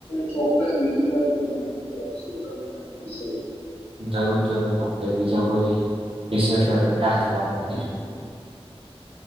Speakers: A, on the left; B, on the right.
A: ચોક્કસ બીજી હોય આપ વાત કર શ વિષ
B: જરૂર જરૂર આપણે બીજા કોઈ વિષ કર આગળ વાત કરીશું.
A: હ.